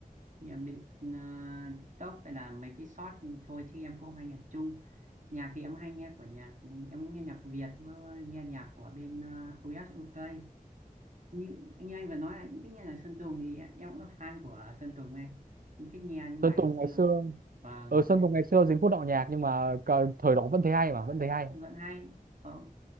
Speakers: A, on the right (about 55°); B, on the right (about 75°).
A: nghe bên à, TikTok hay là mấy cái short thôi chứ em cũng không hay nhạc Trung. Nhạc thì em hay nghe của nhạc em nghe nhạc Việt với nghe nhạc của bên à, US UK. Như như anh anh vừa nói là cũng thích nghe nhạc Sơn Tùng thì em, em cũng là fan của Sơn Tùng anh. Em thích nghe những bài
B: Sơn Tùng
A: ngày xưa.
B: ngày xưa
A: Vâng,
B: ở
A: nghe-
B: Sơn Tùng ngày xưa dính phút đạo nhạc nhưng mà cờ- thời đó vẫn thấy hay mà vẫn thấy hay
A: vẫn hay. Ờ,